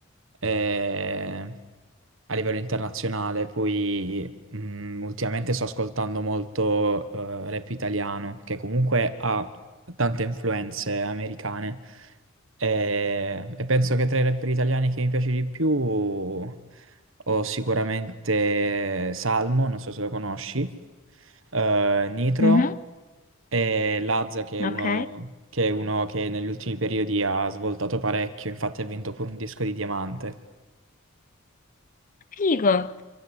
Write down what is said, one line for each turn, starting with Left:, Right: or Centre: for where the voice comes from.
Right: eh, a livello internazionale. Poi mm, ultimamente sto ascoltando molto eh, rap italiano, che comunque ha tante influenze americane. E, e penso che tra i rapper italiani che mi piace di più ho sicuramente Salmo, non so se lo conosci, eh, Nitro.
Left: Mhm,
Right: E Lazza, che
Left: Ok.
Right: è uno che, è uno che negli ultimi periodi ha svoltato parecchio, infatti ha vinto pure un disco di diamante.
Left: Figo.